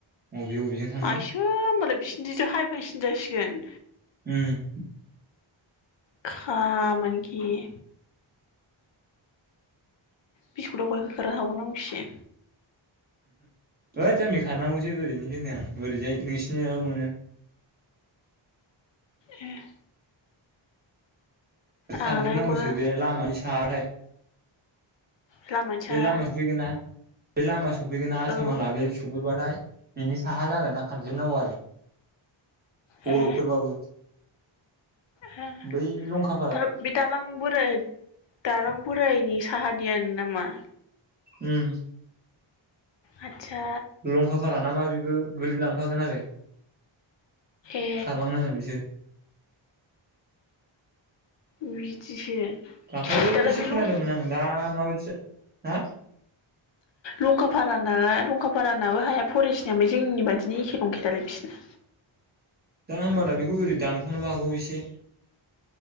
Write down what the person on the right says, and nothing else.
बबे बबेजों थांगोन
उम।
हाद जामबि खारनांगौसो ओरैनोसो होननाय आं ओरैजाय <unintelligible>
खारजोबनांगौसो
बे लामानि साहाखै
बे
लामा सफैगोना बे लामा सफैगोना
आसाम माला बे स फैबाथाय बिनि साहा जागोनना खारजोबनांगौ आरो।
बर'फोरबाबो
बै लंखा
उम।
लंखाफाराना मा बेबो गोलै लांफागोन आरो।
खारलांनांगोन बिसोर।
दाखालैसो
खोनादोंमोन
आङो दा माबायदि जा हा?
दा होमबालाय बेखौ ओरै दानख'नोबो हागौ एसे।